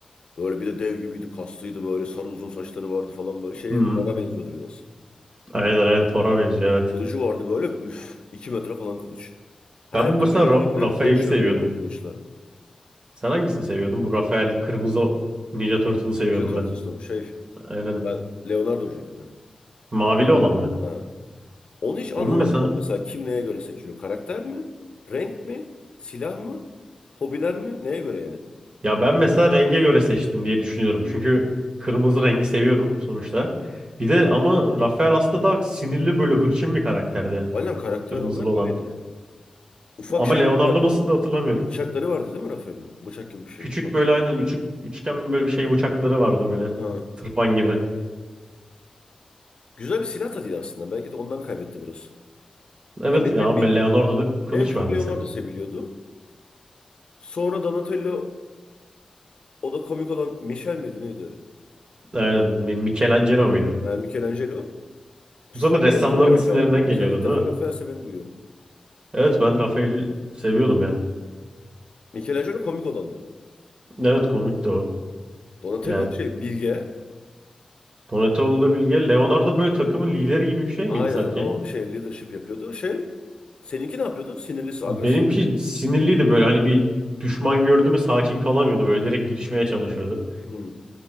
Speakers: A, on the left; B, on the right.
A: Böyle bir de dev gibiydi, kaslıydı böyle sarı uzun saçları vardı falan böyle şeye
B: Hı hı.
A: Thor'a benziyordu biraz.
B: Aynen aynen Thor'a benziyor evet.
A: Kılıcı vardı böyle üf 2 metre falan kılıç. Her
B: Ben bu
A: türlü
B: mesela
A: kötülükle
B: Ra- Raphael'i
A: dövüşüyordu
B: seviyordum.
A: yani o kılıçla.
B: Sen hangisini seviyordun? Bu Raphael kırmızı Ninja Turtle'ı seviyordum
A: Ninja Turtles'ta
B: ben.
A: mı şey?
B: Aynen.
A: Ben Leonardo'cuydum ya.
B: Mavili olan mı?
A: Ha. Onu hiç anlamadım
B: Onun mesela
A: ben mesela kim neye göre seçiyor? Karakter mi? Renk mi? Silah mı? Hobiler mi? Neye göre yani?
B: ya ben mesela renge göre seçtim diye düşünüyorum. Çünkü kırmızı rengi seviyorum sonuçta. Bir
A: Hmm.
B: de ama Rafael aslında daha sinirli böyle hırçın bir karakterdi.
A: Aynen karakter
B: Kırmızılı
A: olarak
B: olan.
A: öyleydi. Ufak
B: Ama
A: şeyleri
B: Leonardo
A: vardı.
B: nasıl da hatırlamıyorum.
A: Bıçakları vardı değil mi Rafael'in? Bıçak gibi bir şey
B: Küçük
A: ufak.
B: böyle aynen üçü- üçgen böyle bir şey bıçakları vardı böyle.
A: Ha.
B: Tırpan gibi.
A: Güzel bir silah da değil aslında. Belki de ondan kaybetti biraz.
B: Evet
A: Ya benim
B: ya ama
A: hep bildiğim
B: Leonardo'da kılıç
A: en çok
B: var mesela.
A: Leonardo seviliyordu. Sonra Donatello o da komik olan Michel miydi neydi?
B: Aynen Mi- Michelangelo muydu?
A: Ha, Michelangelo. So-
B: Bu zaten ressamların
A: en son Rafael'di.
B: isimlerinden
A: Mesela
B: geliyordu
A: ilk defa
B: değil mi?
A: Rafael seveni duyuyorum.
B: Evet ben Rafael'i seviyordum ya.
A: Michelangelo komik olandı.
B: Evet komikti o.
A: Donatello
B: Yani
A: şey bilge.
B: Donatello'la Bilge. Leonardo böyle takımın lideri gibi bir şey
A: Aynen
B: miydi sanki?
A: o şey leadership yapıyordu. Şey seninki ne yapıyordu? Sinirlisi,
B: Benimki
A: agresif.
B: sinirliydi böyle hani bir düşman gördü mü sakin kalamıyordu. Böyle direkt girişmeye çalışıyordu.
A: Hmm.